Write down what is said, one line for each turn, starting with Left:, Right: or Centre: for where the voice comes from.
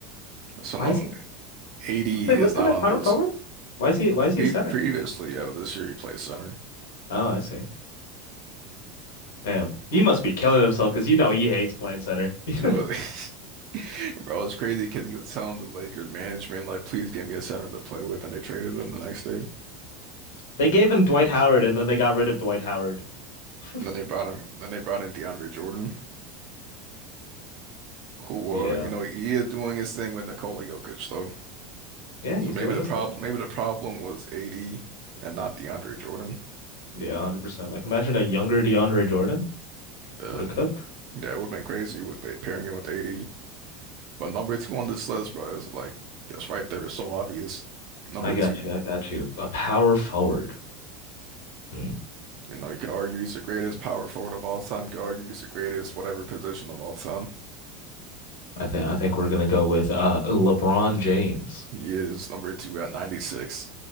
Right: So
Left: Why
Right: no,
Left: is he
Right: AD
Left: Did They list
Right: is not
Left: him at
Right: on
Left: power
Right: this.
Left: forward? Why is he why is he
Right: Pre
Left: a center?
Right: previously, yeah, but this year he plays center.
Left: Oh, I see. Damn. He must be killing himself because you know he hates playing center. <laughs>
Right: You know, <laughs> bro, it's crazy because he was telling the Lakers management like, please give me a center to play with, and they traded him the next day.
Left: They gave him Dwight Howard and then they got rid of Dwight Howard. <laughs>
Right: And then they brought him. Then they brought in DeAndre Jordan, who,
Left: Yeah.
Right: uh, you know, he is doing his thing with Nikola Jokic though.
Left: Yeah,
Right: So
Left: he's
Right: maybe
Left: doing
Right: the
Left: his
Right: problem,
Left: thing.
Right: maybe the problem was AD and not DeAndre Jordan.
Left: Yeah, 100%. Like imagine a younger DeAndre Jordan
Right: Uh,
Left: would have cooked.
Right: yeah, it would have been crazy with the, pairing him with AD. But number two on this list, bro, is like that's right there is so obvious. Number
Left: I got
Right: two,
Left: you. I got you. A power forward. Hmm.
Right: you know, you could argue he's the greatest power forward of all time. You could argue he's the greatest whatever position of all time.
Left: I think I think we're gonna go with uh LeBron James.
Right: He is number two at 96.